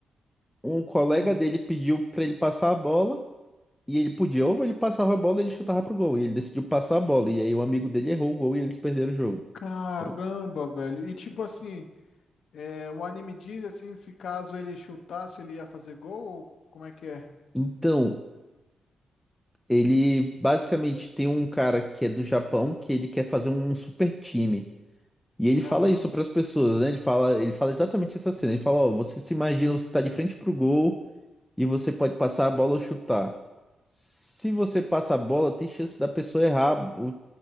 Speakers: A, in the centre; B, on the left.
A: um colega
B: Hum.
A: dele pediu pra ele passar a bola. E ele podia, ou ele passava a bola e ele chutava pro gol. E ele decidiu passar a bola. E aí o amigo dele errou o gol e eles perderam o jogo.
B: Caramba,
A: entendeu?
B: velho. E tipo assim, é, o anime diz assim, se caso ele chutasse, ele ia fazer gol, ou como é que é?
A: Então, ele basicamente tem um cara que é do Japão que ele quer fazer um super time. E ele fala
B: Aham,
A: isso para as pessoas, né? Ele fala, ele fala exatamente essa cena. Ele fala, ó, você se imagina, você está de frente pro gol e você pode passar a bola ou chutar. Se você passa a bola, tem chance da pessoa errar o,